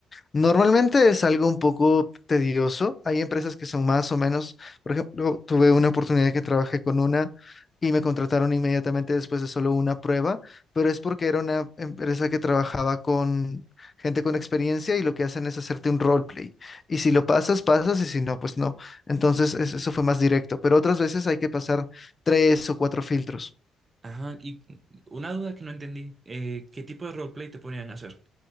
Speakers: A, on the left; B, on the right.
A: Normalmente es algo un poco tedioso. Hay empresas que son más o menos, por ejemplo, tuve una oportunidad que trabajé con una y me contrataron inmediatamente después de solo una prueba, pero es porque era una empresa que trabajaba con gente con experiencia y lo que hacen es hacerte un roleplay. Y si lo pasas, pasas y si no, pues no. Entonces es- eso fue más directo, pero otras veces hay que pasar tres o cuatro filtros.
B: Ajá, y una duda que no entendí. eh, ¿qué tipo de roleplay te ponían a hacer?